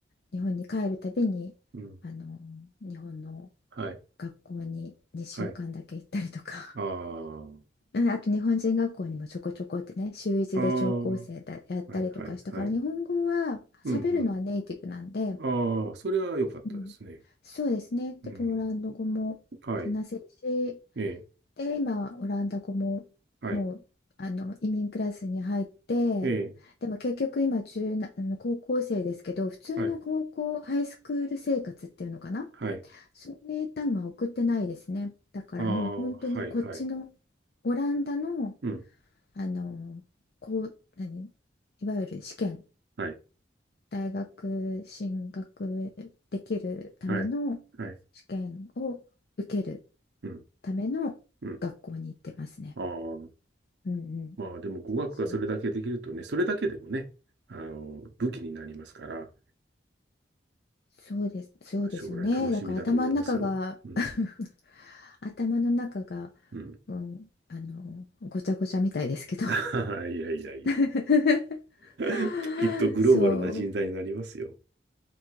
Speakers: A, on the left; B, on the right.
A: 日本に帰るたびに
B: うん。
A: あの日本の
B: はい。
A: 学校に2週間だけ行ったりとか
B: はい。ああ。
A: <laughs> うんあと日本人学校にもちょこちょこってね週一で聴講生だやったりとかしたから日本語は喋るのはネイティブなんで、
B: ああ。はい。はい。はい。うん。うん。ああ、それは良かったですね。
A: うんそうですねでポーランド語も話せるし
B: うん。はい。ええ。
A: で今オランダ語ももうあの移民クラスに入ってでも結局今中なあの高校生ですけど普通の高校ハイスクール生活っていうのかな
B: はい。ええ。はい。はい。
A: そういったのは送ってないですね。だからもう本当にこっちの
B: ああ、はいはい。
A: オランダの、
B: うん。
A: あのこう何いわゆる試験
B: はい。
A: 大学進学できるための
B: はい。はい。
A: 試験を受ける
B: うん。
A: ための学校に行ってますね。
B: うん。ああ。
A: うんうん、
B: まあでも語学がそれだけできるとね、
A: そう
B: それだけでもね、あの、武器になりますから、
A: そうです、そうですよね。
B: 将来楽しみだと思いますよ。
A: だから頭の中が
B: うん。
A: <laughs> 頭の中が、
B: うん。
A: うん、あのごちゃごちゃみたいですけど
B: <laughs> いやいやいやいや。
A: <laughs> <laughs>
B: <laughs> きっとグローバルな人材になりますよ。
A: そ